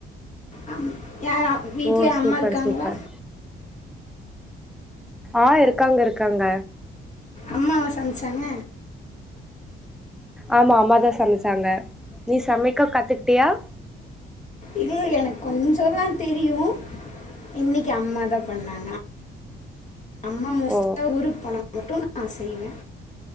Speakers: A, on the left (about 35°); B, in the centre.
A: ஆமா யாரு அ வீட்ல
B: ஓ
A: அம்மா
B: சூப்பர்
A: இருக்காங்களா
B: சூப்பர் ஆ இருக்காங்க இருக்காங்க
A: அம்மாவா சமச்சாங்க
B: ஆமா அம்மாதா சமச்சாங்க நீ சமைக்க கத்துக்கிட்டியா
A: இல்ல எனக்கு கொஞ்சோதா தெரியு இன்னைக்கி அம்மா தா பண்ணாங்க அம்மா மோஸ்ட்டா
B: ஓ
A: ஊருக்கு போனா மட்டு நா செய்வே